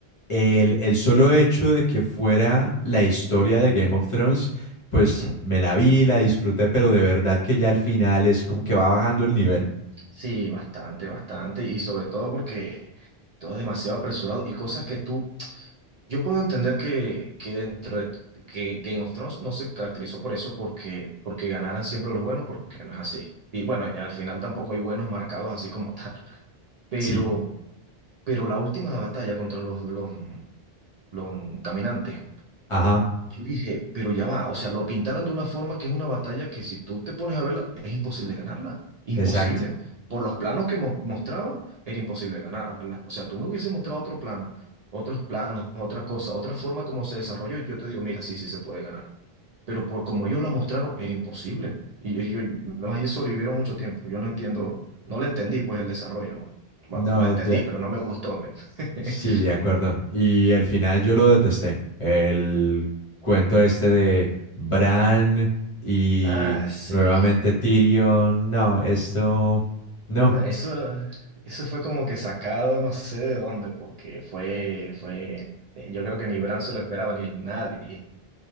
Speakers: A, on the left; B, on the right.
A: el, el solo hecho de que fuera la historia de Game of Thrones, pues
B: ujú.
A: me la vi, la disfruté, pero de verdad que ya al final es como que va bajando el nivel.
B: sí, bastante, bastante. Y sobre todo porque todo es demasiado apresurado y cosas que tú... Yo puedo entender que, que dentro de... que Game of Thrones no se caracterizó por eso, porque, porque ganaran siempre los buenos, porque no es así. Y bueno, eh, al final tampoco hay buenos marcados así como <laughs> tal. Pero,
A: Sí,
B: pero la última batalla contra los, los, los caminantes.
A: ajá,
B: Yo dije, pero ya va, o sea, lo pintaron de una forma que es una batalla que si tú te pones a verla, es imposible ganarla, imposible.
A: exacto.
B: Por los planos que mo- mostraban, era imposible ganarla. O sea, tú me hubieses mostrado otro plano, otros planos, otra cosa, otra forma como se desarrolló, y yo te digo, mira, sí, sí se puede ganar. Pero por como ellos la mostraron, era imposible. Y, y yo, además, ellos sobrevivieron mucho tiempo. Yo no entiendo, no la entendí, pues el desarrollo, no. Bueno,
A: No,
B: lo entendí,
A: de-
B: pero no me gustó, men. <laughs>
A: Sí, de acuerdo. Y el final yo lo detesté. El cuento este de Bran y
B: Ah, sí.
A: nuevamente Tyrion. No, esto... No,
B: No, eso, eso fue como que sacado no sé de dónde, porque fue, fue, eh, yo creo que ni Bran se lo esperaba, ni nadie.